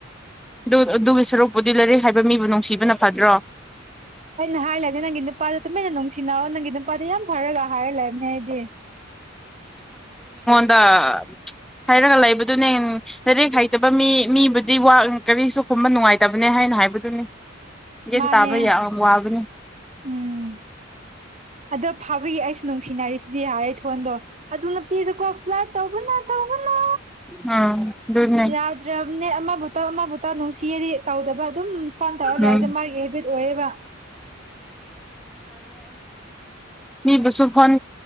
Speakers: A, in the centre; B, on the right.
A: ꯑꯗꯨ ꯑꯗꯨꯒꯤ ꯁꯔꯨꯛꯄꯨꯗꯤ ꯂꯩꯔꯦ ꯍꯥꯏꯕ ꯃꯤꯕꯨ ꯅꯨꯡꯁꯤꯕꯅ ꯐꯗ꯭ꯔꯣ
B: ꯑꯩꯅ ꯍꯥꯏꯂꯅꯦ ꯅꯪꯒꯤ ꯅꯨꯄꯥꯗ ꯇꯨꯝꯃꯦꯅ ꯅꯨꯡꯁꯤꯅ ꯅꯪꯒꯤꯗ ꯅꯨꯄꯥꯗꯤ ꯌꯥꯝ ꯐꯔꯒ ꯍꯥꯏꯔ ꯂꯩꯕꯅꯦ ꯑꯩꯗꯤ
A: ꯗ ꯍꯥꯏꯔꯒ ꯂꯩꯕꯗꯨꯅꯦ ꯂꯥꯏꯔꯤꯛ ꯍꯩꯇꯕ ꯃꯤ ꯃꯤꯕꯨꯗꯤ ꯋꯥ ꯀꯔꯤꯁꯨ ꯈꯨꯝꯕ ꯅꯨꯡꯉꯥꯏꯇꯕꯅꯦ ꯍꯥꯏ ꯑꯩꯅ ꯍꯥꯏꯕꯗꯨꯅꯤ ꯌꯦꯟ
B: ꯃꯥꯅꯦ
A: ꯇꯥꯕ ꯌꯥꯝ ꯋꯥꯕꯅꯤ
B: ꯎꯝ ꯑꯗꯣ ꯐꯥꯕꯤꯒꯤ ꯑꯩꯁꯨ ꯅꯨꯡꯁꯤꯅꯔꯤꯁꯤꯗꯤ ꯍꯥꯏꯔꯦ ꯊꯣꯟꯗꯣ ꯑꯗꯨ ꯅꯨꯄꯤꯁꯨꯀꯣ ꯐ꯭ꯂꯠ ꯇꯕꯨꯅ ꯇꯧꯕꯅ
A: ꯎꯝ ꯑꯗꯨꯅꯦ
B: ꯌꯥꯗ꯭ꯔꯦ ꯑꯝꯅꯦ ꯑꯃꯕꯨ ꯅꯨꯡꯁꯤꯔꯗꯤ ꯇꯧꯗꯕ ꯑꯗꯨꯝ ꯁꯣꯟ ꯇꯧꯔ ꯂꯩꯕꯗ
A: ꯎꯝ
B: ꯃꯥꯒꯤ ꯍꯦꯕꯤꯠ ꯑꯣꯏꯌꯦꯕ
A: ꯃꯤꯕꯁꯨ ꯐꯣꯟ